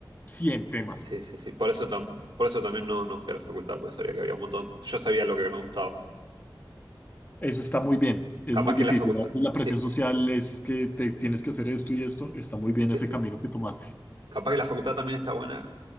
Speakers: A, on the left; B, on the right.
A: 100 temas.
B: Sí, sí, sí. Por eso, tam- por eso también no, no fui a la facultad, porque sabía que había un montón. Yo sabía lo que me gustaba.
A: Eso está muy bien, es
B: Capaz
A: muy difícil.
B: que la facultad.
A: A veces La presión
B: Sí,
A: social es que te tienes que hacer esto y esto. Está muy bien
B: sí,
A: ese
B: sí.
A: camino que tomaste.
B: Capaz que la facultad también está buena,